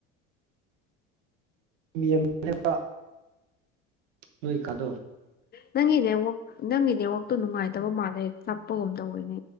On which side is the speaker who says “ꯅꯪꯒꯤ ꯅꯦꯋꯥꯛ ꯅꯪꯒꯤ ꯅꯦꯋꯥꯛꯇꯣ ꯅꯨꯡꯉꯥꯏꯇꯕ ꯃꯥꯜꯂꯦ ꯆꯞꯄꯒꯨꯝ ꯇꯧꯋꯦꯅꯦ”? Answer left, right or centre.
Left